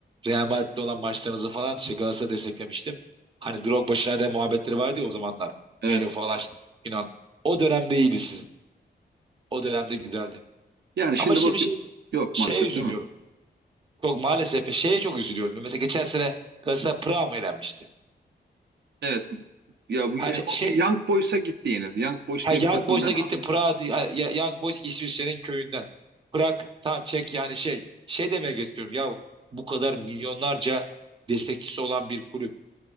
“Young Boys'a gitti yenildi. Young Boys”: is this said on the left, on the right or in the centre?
Right